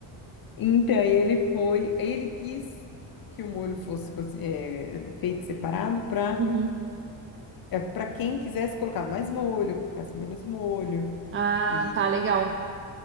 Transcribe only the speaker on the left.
Então, aí ele foi, aí ele quis que o molho fosse cozi- eh, feito separado para
para quem quisesse colocar mais molho, colocasse menos molho.
E,